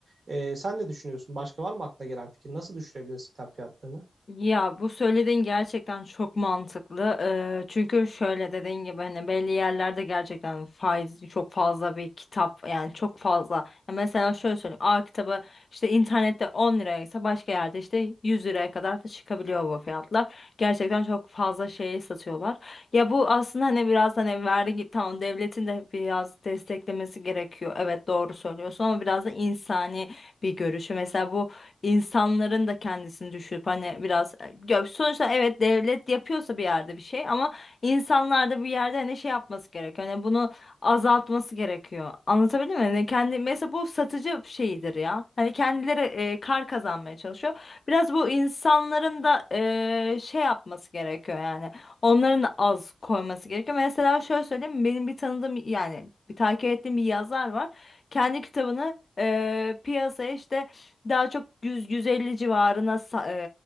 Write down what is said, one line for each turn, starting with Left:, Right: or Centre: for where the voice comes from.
Right: Ee, sen ne düşünüyorsun? Başka var mı aklına gelen fikir? Nasıl düşürebiliriz kitap fiyatlarını?
Left: Ya bu söylediğin gerçekten çok mantıklı. Eee, çünkü şöyle dediğin gibi hani belli yerlerde gerçekten faiz çok fazla bir kitap yani çok fazla. Ya mesela şöyle söyleyeyim. A kitabı işte internette 10 liraya ise başka yerde işte 100 liraya kadar da çıkabiliyor bu fiyatlar. Gerçekten çok fazla şey satıyorlar. Ya bu aslında hani biraz hani vergi tamam devletin de biraz desteklemesi gerekiyor. Evet doğru söylüyorsun ama biraz da insani bir görüşü. Mesela bu insanların da kendisini düşürüp hani biraz ya sonuçta evet devlet yapıyorsa bir yerde bir şey ama insanlar da bir yerde hani şey yapması gerekiyor. Hani bunu azaltması gerekiyor. Anlatabildim mi? Hani kendi mesela bu satıcı şeyidir ya. Hani kendileri e, kar kazanmaya çalışıyor. Biraz bu insanların da e, şey yapması gerekiyor yani. Onların da az koyması gerekiyor. Mesela şöyle söyleyeyim. Benim bir tanıdığım yani bir takip ettiğim bir yazar var. Kendi kitabını e, piyasaya işte daha çok 100-150 civarına sa-